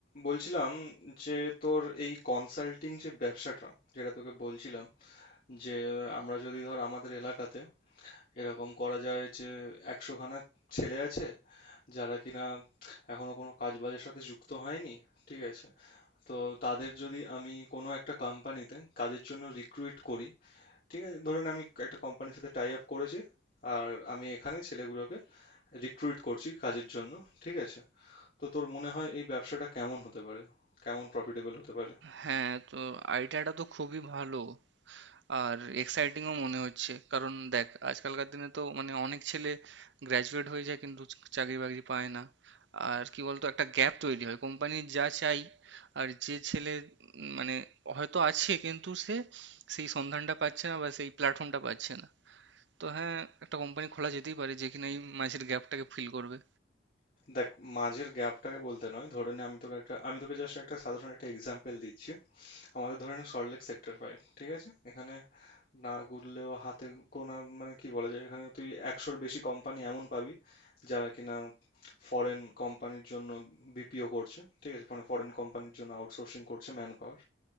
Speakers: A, on the left; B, on the right.
A: বলছিলাম যে তোর এই কনসাল্টিং যে ব্যবসাটা যেটা তোকে বলছিলাম যে আমরা যদি ধর আমাদের এলাকাতে এরকম করা যায় যে একশোখানা ছেলে আছে যারা কিনা এখনো কোনো কাজ বাজের সাথে যুক্ত হয়নি ঠিক আছে তো তাদের যদি আমি কোনো একটা কোম্পানিতে কাজের জন্য রিক্রুইট করি ঠিক আছে ধরেন আমি একটা কোম্পানির সাথে টাই আপ করেছি আর আমি এখানে ছেলেগুলোকে রিক্রুইট করছি কাজের জন্য ঠিক আছে তো তোর মনে হয় এই ব্যবসাটা কেমন হতে পারে কেমন প্রফিটেবল হতে পারে
B: হ্যাঁ তো আইডিয়াটা তো খুবই ভালো আর এক্সাইটিংও মনে হচ্ছে কারণ দেখ আজকালকার দিনে তো মানে অনেক ছেলে গ্র্যাজুয়েট হয়ে যায় কিন্তু চাকরি বাকরি পায় না আর কি বলতো একটা গ্যাপ তৈরি হয় কোম্পানির যা চাই আর যে ছেলে উম, মানে হয়তো আছে কিন্তু সে সেই সন্ধানটা পাচ্ছে না বা সেই প্ল্যাটফর্মটা পাচ্ছে না তো হ্যাঁ একটা কোম্পানি খোলা যেতেই পারে যে কিনা এই মাঝের গ্যাপটাকে ফিল করবে
A: দেখ মাঝের গ্যাপটাকে বলতে নয় ধরে নে আমি তোকে একটা আমি তোকে জাস্ট একটা সাধারণ একটা এক্সাম্পল দিচ্ছি আমাদের ধরে নে সল্টলেক সেক্টর ফাইভ ঠিক আছে এখানে না গুনলেও হাতে গোনা মানে কি বলা যায় এখানে তুই একশোর বেশি কোম্পানি এমন পাবি যারা কিনা ফরেন কোম্পানির জন্য বিপিও করছে ঠিক আছে মানে ফরেন কোম্পানির জন্য আউটসোর্সিং করছে ম্যান পাওয়ার